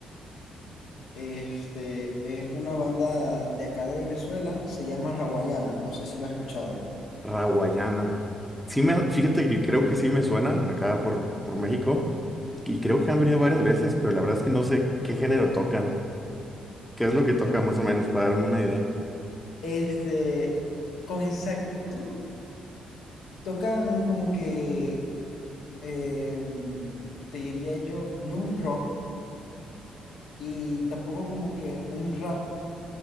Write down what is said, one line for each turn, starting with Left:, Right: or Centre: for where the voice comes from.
Left: Este, es una banda de acá de Venezuela, se llama Rawayana, no sé si lo has escuchado.
Centre: Raguayana. Sí me, fíjate que creo que sí me suena acá por, por México y creo que han venido varias veces, pero la verdad es que no sé qué género tocan, qué es lo que tocan
Left: E-
Centre: más o menos para darme una idea.
Left: Este, con exactitud, tocan como que, em, te diría yo, no un rock y tampoco como que un rap